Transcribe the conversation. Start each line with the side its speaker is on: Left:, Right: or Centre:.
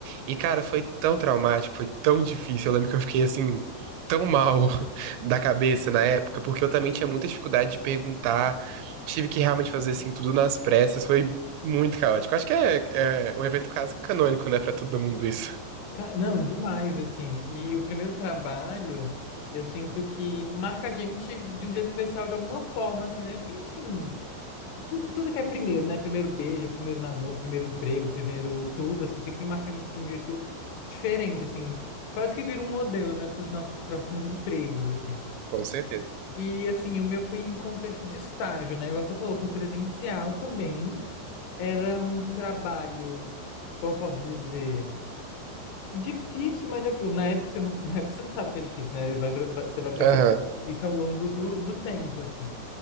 Right: E, cara, foi tão traumático, foi tão difícil. Eu lembro que eu fiquei assim, tão mal <laughs> da cabeça na época, porque eu também tinha muita dificuldade de perguntar. Tive que realmente fazer assim, tudo nas pressas. Foi muito caótico. Acho que é, é um evento quase canônico, né, pra todo mundo isso.
Left: Ca- Não, demais assim. E o primeiro trabalho, eu sinto que marca a gente de um jeito especial de alguma forma assim, né? Porque enfim, tudo, tudo que é primeiro, né? Primeiro beijo, primeiro namoro, primeiro emprego, primeiro tudo assim, sempre marca a gente de um jeito diferente assim. Quase que vira um modelo, né, para os nossos próximos empregos, assim.
Right: Com certeza.
Left: E assim, o meu foi em contexto de estágio, né? Igual você falou, foi presencial também. Era um trabalho, como eu posso dizer, difícil, mas é aquilo. Na época você não, <laughs> na época você não sabe que é difícil, né? Vai, vir- vai- você vai perceber
Right: Aham,
Left: que é difícil ao longo do, do tempo, assim.